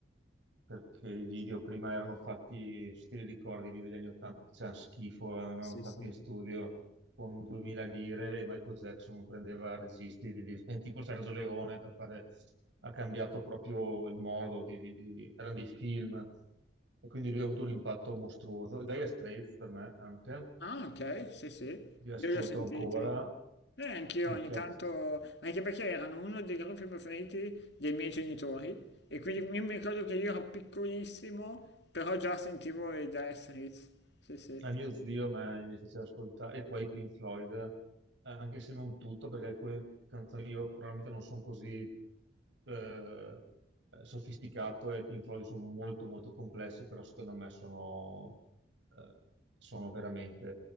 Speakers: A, on the right; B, on the left.
A: perché i video prima erano fatti, se ti ricordi, i video degli anni 80 facevano schifo, erano
B: Sì,
A: fatti
B: sì.
A: in studio con 2000 lire e Michael Jackson prendeva registi di, di- <laughs> tipo Sergio Leone per fare, ha cambiato proprio il modo, di, di- di- erano dei film e quindi lui ha avuto un impatto mostruoso. E Dire Straits per me anche,
B: Ah, ok, sì, sì.
A: li ascolto
B: Io li ho sentiti.
A: ancora,
B: Eh, anch'io
A: mi
B: ogni
A: piace,
B: tanto, anche perché erano uno dei gruppi preferiti dei miei genitori e quindi io mi ricordo che io ero piccolissimo, però già sentivo i Dire Straits. Sì, sì.
A: A mio zio me- mi piaceva ascoltare, e poi Pink Floyd, eh, anche se non tutto, perché alcune canzoni io probabilmente non sono così eh, eh, sofisticato e Pink Floyd sono molto molto complessi, però secondo me sono, eh, sono veramente